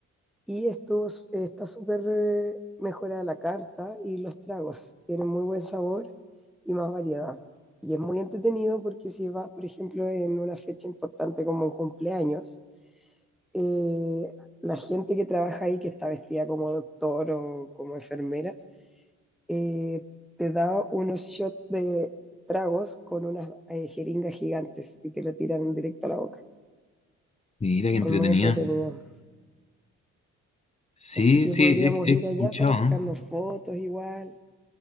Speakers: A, in the centre; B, on the left.
A: y estos, está súper eh, mejorada la carta y los tragos. Tienen muy buen sabor y más variedad. Y es muy entretenido porque si vas, por ejemplo, en una fecha importante como un cumpleaños, eh, la gente que trabaja ahí, que está vestida como doctor o como enfermera, eh, te da unos shots de tragos con unas eh, jeringas gigantes y te lo tiran directo a la boca.
B: Mira qué entretenida.
A: Es muy entretenido.
B: Sí,
A: Así que
B: sí,
A: podríamos
B: he, he
A: ir
B: escuchado,
A: allá para sacarnos
B: ¿no?
A: fotos igual